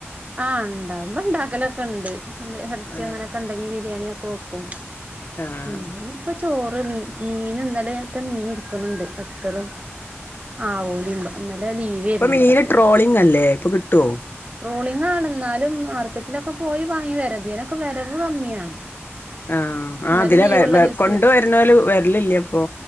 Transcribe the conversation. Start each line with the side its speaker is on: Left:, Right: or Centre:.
Right: ആഹ് ഉണ്ടാവുബോ ഉണ്ടാക്കലൊക്കെ ഇണ്ട് ഇറച്ചിയ
Left: ആഹ്
Right: അങ്ങനെയൊക്കെ ഉണ്ടങ്കി ബിരിയാണിയൊക്കെ വെക്കും
Left: ആഹ്
Right: ഉം ഇപ്പൊ ചോറ് മീ മീന് ഇന്നലത്തെ മീന് ഇരിക്കുണ് ണ്ട് ബത്തളും ആഹ് ഓലി ഇന്നലെ ലീവ് ആയിരുന്നു
Left: ഇപ്പൊ മീന്
Right: ഇവിടെ
Left: ട്രോളിംഗ് അല്ലേ ഇപ്പൊ കിട്ടോ
Right: ട്രോളിംഗാണ് ഇന്നാലും മാർക്കറ്റിലൊക്കെ പോയി വാങ്ങി വരാ ഇതിനൊക്കെ വരവ് കമ്മിയാണ്
Left: ആഹ് ആ
Right: ഇന്നലെ
Left: ഇതിലെ
Right: ലീവുള്ള ദിവസം
Left: കൊണ്ടുവരുന്നോല് വരലില്ല ഇപ്പൊ